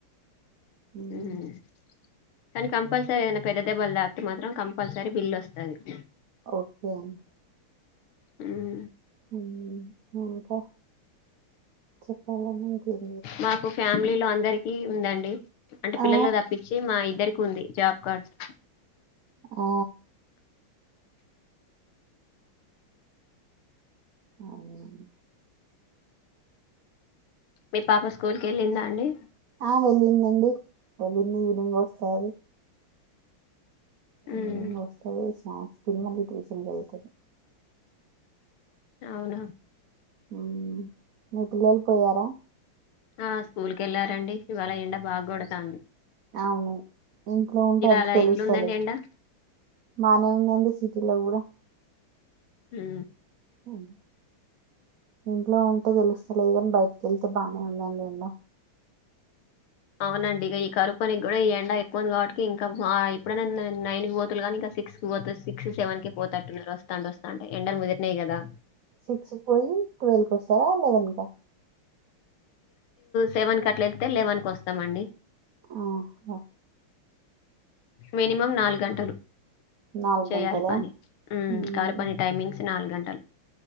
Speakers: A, on the right; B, on the left.
A: హ్మ
B: ఉమ్. కానీ కంపల్సరీ ఏదనా పెద్ద దెబ్బలు తాకితే మాత్రం కంపల్సరీ బిల్ వస్తుంది
A: ఓకే అం
B: హ్మ
A: హ్మ ఇంకా <unintelligible>
B: మాకు ఫ్యామిలీలో అందరికి ఉందండి అంటే పిల్లలు
A: ఆ
B: తప్పించి మా ఇద్దరికి ఉంది జాబ్ కార్డ్స్
A: ఆ అవునే
B: మీ పాప స్కూల్ కి వెళ్ళిందా అండి
A: ఆ వెళ్ళిందండి వెళ్ళింది ఈవినింగ్ వస్తాది
B: ఉమ్,
A: ఏం వస్తది స్నాక్స్ తిని మళ్ళీ ట్యూషన్కి వెళ్తుంది
B: అవునా
A: హ్మ మీ పిల్లలు పోయారా
B: హా స్కూల్ కి వెళ్లారండి ఇవాళ ఎండ బాగ కొడుతుంది
A: అవును ఇంట్లో ఉంటే అంత
B: అలా
A: తెలుస్తాలే
B: ఎట్లుందండి ఎండ
A: బానే ఉందండి సి టి లో కూడా
B: హ్మ
A: ఆమ్ ఇంట్లో ఉంటే తెలుస్తాలేదు కాని బయటికి వెళ్తే బాగానే ఉందండి ఏండ
B: అవునండి ఇక ఈ కరుపు పనికి కూడా ఈ ఎండ ఎక్కువ ఉంది కాబట్టి ఇంకా ఇప్పుడ నైన్ బోతులు గానీకా న్న సిక్స్ కి పోతే సిక్స్ సెవెన్ కి పోతట్టునారు వస్తాంట వస్తాంటే ఎండ లు ముదిరినాయి కదా
A: సిక్స్కి పోయి ట్వెల్వ్కి వస్తారా లెవెన్కా
B: సేవన్ కి అట్లా వెళ్ళితే లేవెన్ కివస్తామండి
A: ఆహా
B: మినిమం నాలుగు గంటలు
A: నాలుగు
B: చెయాలి
A: గంటలా
B: పని హ్మ
A: మ్మ్
B: కారువ్ పని టైమింగ్స్ నాలుగు గంట